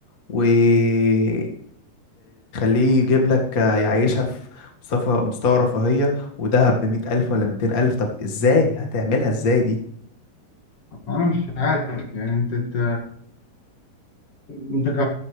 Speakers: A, on the left; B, on the left.
A: وتخليه يجيب لك يعيشها في مستوى مستوى رفاهية ودهب بمية ألف ولا ميتين ألف طب ازاي هتعملها ازاي دي
B: انا مش عارف يعني انت انت انت ك